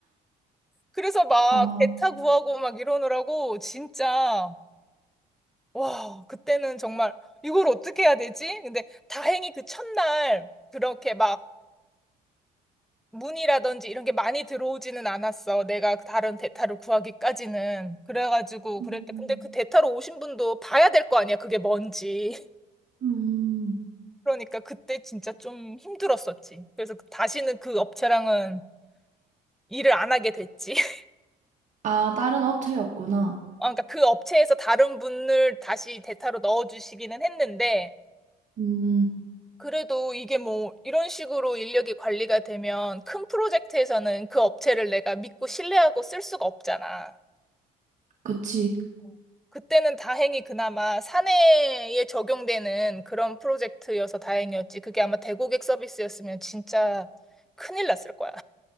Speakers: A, in the centre; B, on the right.
A: 그래서 막
B: 아,
A: 대타 구하고 막 이러느라고 진짜 와, 그때는 정말 이걸 어떻게 해야 되지? 근데 다행히 그 첫날 그렇게 막 문의라든지 이런 게 많이 들어오지는 않았어. 내가 다른 대타를 구하기까지는. 그래가지고
B: 음,
A: 그랬는데 근데 그 대타로 오신 분도 봐야 될 거 아니야. 그게 뭔지.
B: 음.
A: 그러니까 그때 진짜 좀 힘들었었지. 그래서 그- 다시는 그 업체랑은 일을 안 하게 됐지. <laughs>
B: 아, 다른 업체였구나.
A: 아, 그러니까 그 업체에서 다른 분을 다시 대타로 넣어주시기는 했는데,
B: 음,
A: 그래도 이게 뭐 이런 식으로 인력이 관리가 되면 큰 프로젝트에서는 그 업체를 내가 믿고 신뢰하고 쓸 수가 없잖아.
B: 그치.
A: 어, 그때는 다행히 그나마 사내에 적용되는 그런 프로젝트여서 다행이었지. 그게 아마 대고객 서비스였으면 진짜 큰일 났을 거야.